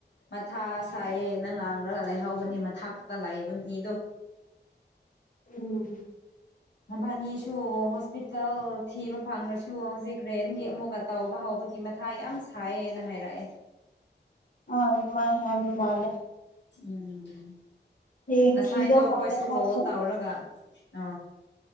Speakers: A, on the left (about 75°); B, on the left (about 45°).
A: ꯃꯊꯥ ꯁꯥꯏꯌꯦꯅ ꯉꯥꯡꯂꯒ ꯂꯩꯥꯍꯥꯎꯕꯅꯦ ꯃꯊꯥꯛꯇ ꯂꯩꯕ ꯑꯅꯤꯗꯣ <inaudible>
B: ꯎꯝ
A: ꯃꯕꯥꯅꯤꯁꯨ ꯍꯣꯁꯄꯤꯇꯥꯜ ꯊꯤꯕ ꯐꯪꯉꯁꯨ ꯍꯧꯖꯤꯛ ꯔꯦꯟꯒꯤ ꯑꯃꯨꯛꯀ ꯇꯥꯎꯕ ꯍꯥꯎ ꯑꯗꯨꯒꯤ ꯃꯊꯥ ꯌꯥꯝ ꯁꯥꯏꯌꯦꯅ ꯍꯥꯏꯔꯛꯑꯦ
B: ꯑ ꯑꯗꯨ ꯃꯥꯏ ꯍꯥꯏꯕ ꯃꯥꯜꯂꯦ
A: ꯎꯝ
B: ꯍꯌꯦꯡ
A: ꯉꯁꯥꯏꯗꯣ
B: ꯊꯤꯗꯧ
A: ꯑꯩꯈꯣꯏꯁꯨ
B: ꯃꯥꯜꯂꯦ ꯃꯣꯏꯁꯨ
A: ꯀꯣꯜ ꯇꯧꯔꯒ ꯑ